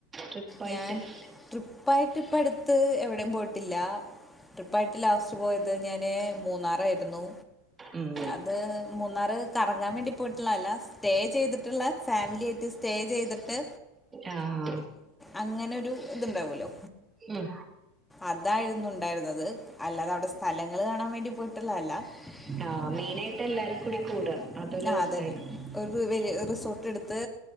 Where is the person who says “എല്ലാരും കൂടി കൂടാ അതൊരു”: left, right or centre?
Right